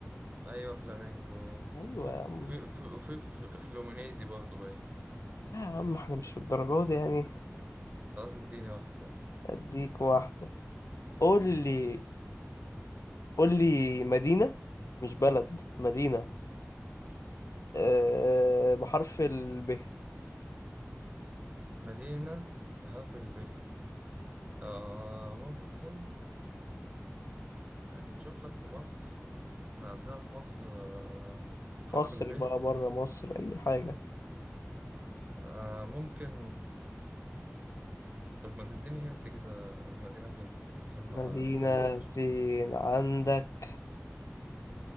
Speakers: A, on the right (about 30°); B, on the left (about 80°).
A: ايوه فلامينجو
B: أيوه يا عم
A: في في في في- فلومينيزي برضه باين
B: لا يا عم احنا مش في الدرجات دي يعني
A: خلاص اديني واحده
B: اديك واحدة قول لي قول لي مدينة مش بلد مدينة أه بحرف الب
A: مدينه بحرف الب آه ممكن نشوف لك في مصر إحنا عندنا في مصر آه، حرف
B: مصر
A: الب
B: بقى بره مصر أي حاجة
A: آه ممكن طب ما تديني هنت كده مدينه فين عشان ما
B: مدينة
A: نطولش
B: فين عندك